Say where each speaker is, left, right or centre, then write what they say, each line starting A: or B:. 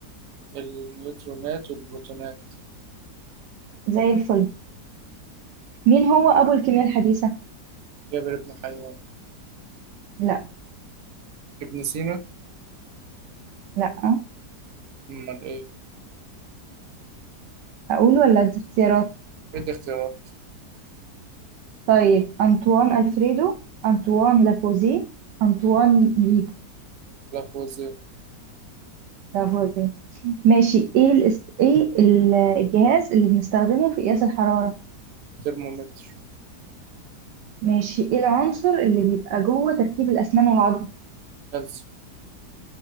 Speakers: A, on the right; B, on the right.
A: النيوترونات والبروتونات
B: زي الفل مين هو ابو الكيمياء الحديثة
A: جابر بن حيان
B: لا
A: ابن سينا
B: لا آه.
A: امال ايه
B: اقول ولا أدي اختيارات
A: ادي اختيارات
B: طيب انطوان الفريدو انطوان لافوزيه انطوان ييجو
A: لافوازير
B: لافوزيه ماشي ايه الاس... ايه ال- الجهاز اللي بنستخدمه في قياس الحرارة
A: ترمومتر
B: ماشي ايه العنصر اللي بيبقى جوه تركيب الأسنان والعظم
A: كالسيوم